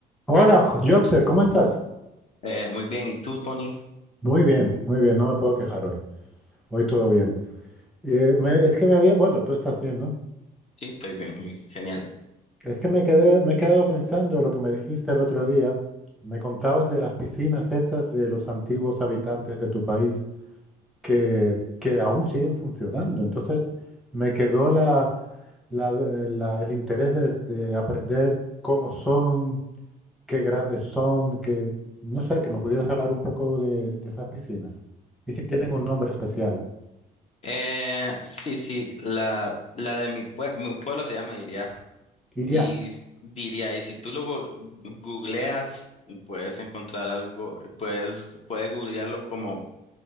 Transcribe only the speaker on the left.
Eh, muy bien, ¿y tú, Tony?
Sí, estoy bien, muy genial.
Eh, sí, sí, la, la de mi, pue- mi pueblo se llama Iria.
Y diría, y si tú lo gu- googleas, puedes encontrar algo, puedes, puedes googlearlo como